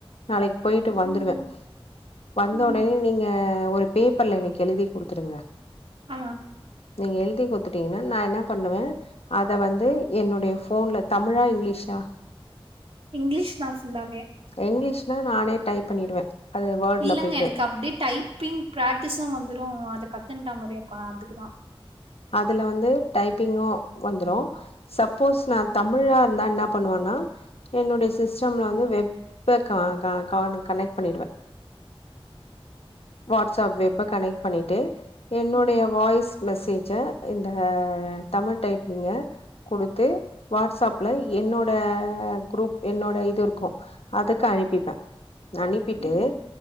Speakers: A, on the left; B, on the right.
A: நாளைக்கு போயிட்டு வந்துருவே
B: ம்
A: வந்த
B: ம்
A: உடனே நீங்க ஒரு இப்பல்ல இன்னைக்கு எழுதி கொடுத்துருங்க
B: ஆ
A: நீங்க எழுதி கொடுத்துட்டீங்கன்னா நா என்ன பண்ணுவே அத வந்து என்னுடைய ஃபோன்ல தமிழா இங்கிலீஷா
B: இங்கிலீஷ் தா ஃபுல்லாமே
A: இங்கிலீஷ்னா நானே டைப் பண்ணிடுவே அது வேர்ட்ல
B: இல்லங்க
A: போயிட்டு
B: எனக்கு அப்டி டைப்பிங் பிராக்டிஸு வந்துரு அத கத்துன்டா மாரி இருக்கு அதுக்குதா
A: அதுல வந்து டைப்பிங்கு வந்துரு சப்போஸ் நா தமிழா இருந்தா என்ன பண்ணுவன்னா என்னுடய சிஸ்டமில வந்து வெப் கா கா காம் கனெக்ட் பண்ணிடுவே வாட்ஸ்ஆப் வெப்ப கனெக்ட் பண்ணிட்டு என்னுடைய
B: ம்
A: வாய்ஸ் மெசேஜ்ஜ இந்த தமிழ் டைப்பிங்கு கொடுத்து வாட்ஸ்ஆப்ல என்னோட க்ரூப் என்னோட இது இருக்கு அதுக்கு அனுப்பிப்பே அனுப்பிட்டு
B: ம்